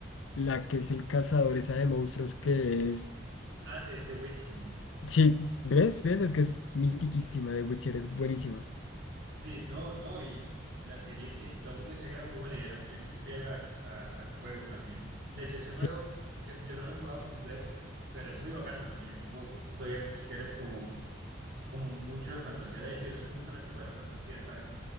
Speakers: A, on the left (about 85°); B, on the right (about 60°).
A: la que es el cazador, esa de monstruos que es...
B: Ah, de The Witcher.
A: Sí, ¿ves? ¿Ves? Es que es mitiquísima, de Witcher es buenísima.
B: Sí, no, no, y, y la serie sí, todo el mundo decía que era muy buena y, era, muy- es muy fiel al, a- al juego también. De hecho, ese
A: Sí.
B: juego yo, yo no lo he jugado completo, pero es muy bacano también, como es un mundo abierto si quieres como, como mucho de fantasía. De hecho, yo soy muy fanático de la fantasía, ¿sabes?